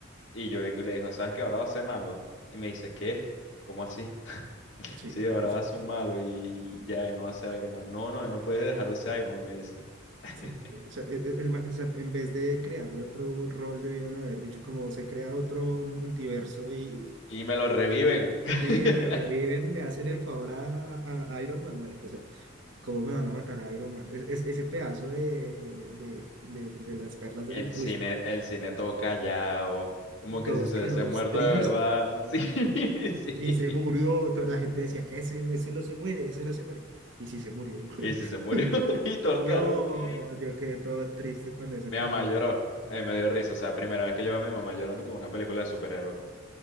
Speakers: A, on the left (about 70°); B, on the right (about 65°).
A: Y yo vengo y le digo, ¿sabes qué? Ahora va a ser malo. Y me dice, ¿qué? ¿Cómo así? <laughs>
B: Sí,
A: Sí, ahora
B: es
A: va a ser un malo y ya, y no va a ser Iron Man. No, no, él no puede dejar de ser Iron Man, me dice. <laughs>
B: Sí, o sea, e- e- el ma- o sea, en vez de crearle otro rol, debieron haber dicho como se crea otro multiverso y
A: Y me lo reviven. <laughs>
B: y, sí, me reviven, me hacen el favor a, a- a Iron Man, marica. O sea, ¿cómo me van a matar a Iron Man? Es, es- ese pedazo de, de, de- de las perlas
A: El
B: del infierno.
A: cine,
B: Uy, parce,
A: el cine todo callado, como que
B: todos
A: si se
B: quedamos
A: hubiese muerto
B: tristes.
A: de verdad. <laughs> Sí, sí.
B: Y se murió. to- La gente decía que ese, ese no se muere, ese no se muere. Y sí se murió. <laughs>
A: Y si se murió <laughs> y tocaron,
B: No,
A: ¿qué?
B: yo quedé todo triste con eso
A: Mi
B: cuando
A: mamá
B: me
A: lloró,
B: acordé.
A: eh, me dio risa. O sea, primera vez que yo veo a mi mamá llorando con una película de superhéroes. pues.